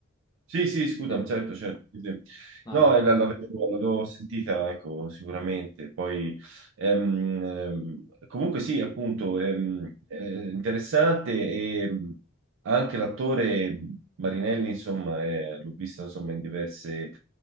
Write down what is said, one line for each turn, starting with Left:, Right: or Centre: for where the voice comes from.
Right: sì, sì, scusa,
Left: Sì, sì.
Right: certo, certo. sì, sì.
Left: no,
Right: No,
Left: tranquillo.
Right: eh, la- l'avevo l'avevo sentita, ecco, sicuramente. Poi, ehm, ehm, comunque sì, appunto, ehm, eh, interessante e ehm, anche l'attore Marinelli, insomma, eh, l'ho visto, insomma, in diverse,